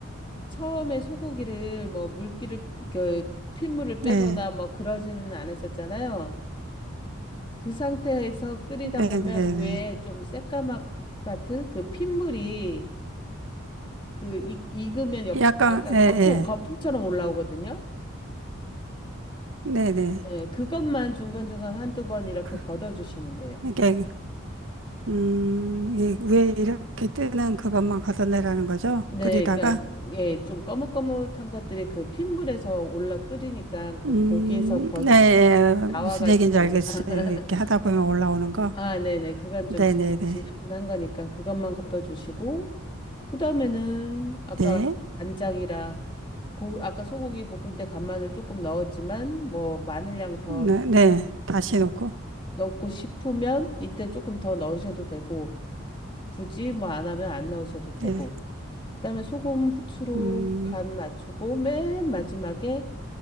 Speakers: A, on the left (about 25°); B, on the right (about 65°).
A: 처음에 소고기를 뭐 물기를 그 핏물을 빼거나
B: 네,
A: 뭐 그러지는 않았었잖아요. 그 상태에서 끓이다
B: 네,
A: 보면
B: 네, 네.
A: 위에 좀 새까맣 같은 그 핏물이 그 익, 익으면 옆,
B: 약간,
A: 아까
B: 예, 예.
A: 거품, 거품처럼 올라오거든요.
B: 네, 네.
A: 예, 그것만 중간중간 한두 번 이렇게
B: 그,
A: 걷어주시면 돼요.
B: 이게, 음, 이게 위에 이렇게 뜨는 그것만 걷어내라는 거죠?
A: 네,
B: 끓이다가?
A: 그러니까 예, 좀 거뭇거뭇한 것들이 그 핏물에서 올라 끓이니까 그
B: 음,
A: 고기에서 버,
B: 네, 예.
A: 나와가지고
B: 무슨 얘기인지 알겠어요.
A: <laughs>
B: 이렇게 하다 보면 올라오는 거.
A: 아, 네네. 그건
B: 네,
A: 좀 지,
B: 네, 네.
A: 지저분한 거니까 그것만 걷어주시고, 그 다음에는 아까
B: 네,
A: 간장이랑 고, 아까 소고기 볶을 때 간마늘 조금 넣었지만 뭐 마늘량 더
B: 네, 네. 다시 놓고.
A: 넣고 싶으면 이때 조금 더 넣으셔도 되고 굳이 뭐 안 하면 안 넣으셔도 되고
B: 네,
A: 그다음에 소금 후추로
B: 음,
A: 간 맞추고 맨 마지막에